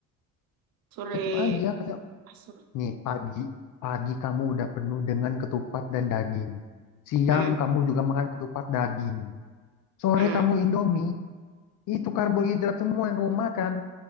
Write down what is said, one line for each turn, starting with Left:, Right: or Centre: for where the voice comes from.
Right: sore
Left: Tetap aja, kayak
Right: ah, sore.
Left: Nih pagi, pagi kamu udah penuh dengan ketupat dan daging. Siang
Right: Hmm,
Left: kamu juga makan ketupat daging. Sore
Right: hmm.
Left: kamu Indomie, itu karbohidrat semua yang kamu makan.